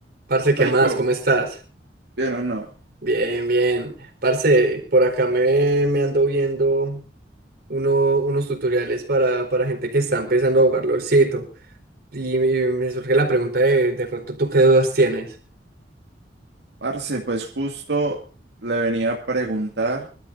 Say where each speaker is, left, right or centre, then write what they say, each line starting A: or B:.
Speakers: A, on the right (about 60°); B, on the right (about 75°).
A: Parce, ¿qué
B: Psycho,
A: más? ¿Cómo estás?
B: bien o no.
A: Bien, bien. Parce, por acá me, me ando viendo uno- unos tutoriales para, para gente que está empezando a jugar LOLcito. Y, me y me surge la pregunta de, de pronto, ¿tú qué dudas tienes?
B: Parce, pues justo le venía a preguntar